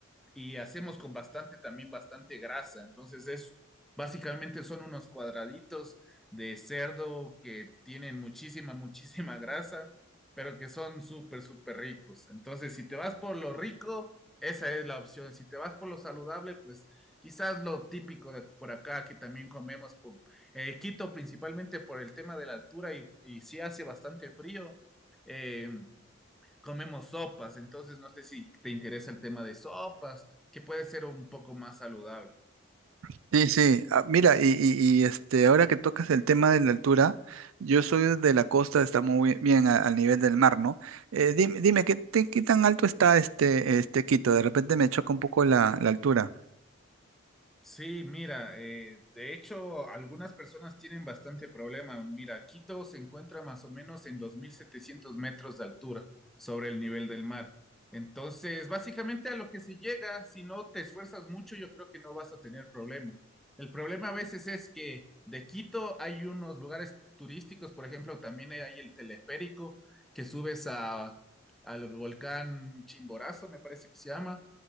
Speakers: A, in the centre; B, on the right (about 85°).
A: y hacemos con bastante, también bastante grasa. Entonces es básicamente son unos cuadraditos de cerdo que tienen muchísima, muchísima grasa. pero que son súper, súper ricos. Entonces, si te vas por lo rico, esa es la opción. Si te vas por lo saludable, pues quizás lo típico de por acá que también comemos, por- eh, Quito principalmente por el tema de la altura y, y si hace bastante frío, eh, comemos sopas. Entonces no sé si te interesa el tema de sopas, que puede ser un poco más saludable.
B: sí, sí. sí. Ah, mira, y, y- y, este, ahora que tocas el tema de la altura, yo soy de la costa, está muy bien a- al nivel del mar, ¿no? Eh, dime, dime, ¿qué, te- qué tan alto está este, este Quito? De repente me choca un poco la, la altura.
A: Sí, mira, eh, de hecho, algunas personas tienen bastante problema. Mira, Quito se encuentra más o menos en 2.700 metros de altura sobre el nivel del mar. Entonces, básicamente a lo que se llega, si no te esfuerzas mucho, yo creo que no vas a tener problema. El problema a veces es que de Quito hay unos lugares turísticos, por ejemplo, también hay el teleférico que subes a, al volcán Chimborazo, me parece que se llama